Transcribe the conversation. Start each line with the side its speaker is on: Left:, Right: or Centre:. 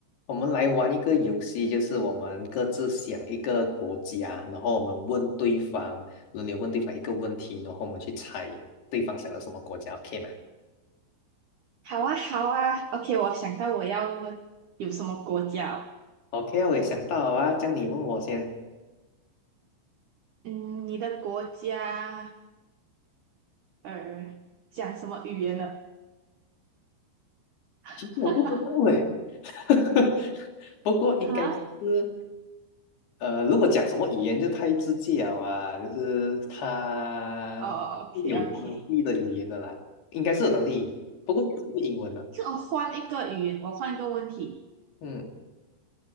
Left: 我们来玩一个游戏，就是我们各自想一个国家，然后我们问对方，轮流问对方一个问题，然后我们去猜对方想要什么国家，OK 吗
Right: 好啊，好啊，OK，我想到我要问有什么国家哦
Left: ？OK 啊，我也想到啊，这样你问我先。
Right: 嗯，你的国家呃讲什么语言呢？<laughs>
Left: 其实我不知道哎，<laughs> 不过应该是
Right: 哈，
Left: 呃，如果讲什么语言就太直接了啊，就是它有当地的语言的啦，
Right: 哦，OK，OK，OK，
Left: 应该是有当地语言不过也是英文的。
Right: 就我换一个语言，我换一个问题。
Left: 嗯，